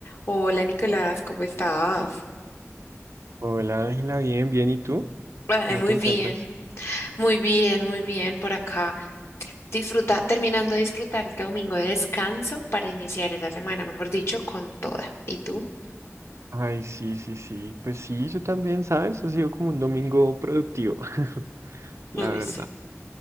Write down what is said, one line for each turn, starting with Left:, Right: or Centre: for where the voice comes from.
Left: Hola Nicolás, ¿cómo estás?
Right: Hola Ángela, bien, bien, ¿y tú?
Left: Ay,
Right: ¿Cómo
Left: muy
Right: te encuentras?
Left: bien, muy bien, muy bien por acá. Disfruta, terminando de disfrutar este domingo de descanso para iniciar esa semana, mejor dicho, con toda. ¿Y tú?
Right: Ay, sí, sí, sí. Pues sí, yo también, ¿sabes? Ha sido como un domingo productivo, <laughs> la
Left: Uy,
Right: verdad.
Left: sí,